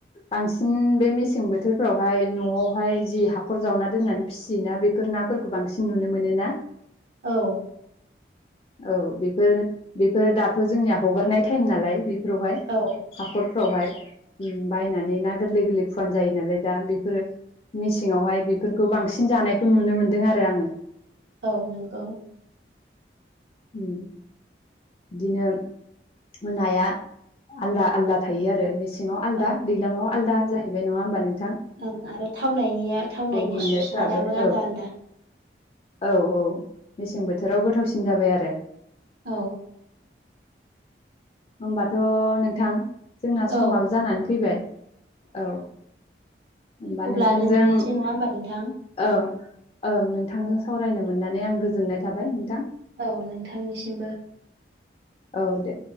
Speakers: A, on the left (about 30°); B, on the right (about 75°).
A: बांसिन बे मेसें बोथोरफोरावहाय न'आवहाय जि हाखर जावना दोननानै फियोना बेफोर नाफोरखौ बांसिन नुनो मोनो ना?
B: औ
A: औ बेफोर बेफोर दाथ' जोंनिया हगारनाय टाइम नालाय। फोरावहाय
B: औ
A: हाख'र फ्रावहाय उम बायनानै ना गोरलै गोरलै फुवान जायो नालाय दा बेफोरो मेसेंआववहाय बेफोरखौ बांसिन जानायखौ नुनो मोनदों आरो आङो।
B: औ नंगौ।
A: उम दिनो ओ नाया आलदा आलदा थायो आरो मेस सेङाव आलदा
B: औ
A: दैलाङाव आलदा। जाहैबाय नङा होनबा नों
B: ओं आरो थावनायनिया थावनायनि
A: मोननायफ्राबो
B: सु सादाबो आलदा
A: औ
B: आलदा।
A: औ औ मेसें बोथोराव गोथावसिन जाबाय आरो।
B: औ
A: होनबाथ' नोंथां जोंना समाबो
B: औ
A: जानानै फैबाय औ। होनबा
B: अब्ला
A: नोंथांजों
B: दोनथ'नोसै नङा होमबा नोंथां?
A: ओं ओं नोंथांजों
B: औ
A: सावरायनो मोननानै आं गोजोननाय थाबाय नोंथां।
B: औ नोंथांनिसिमबो।
A: औ दे।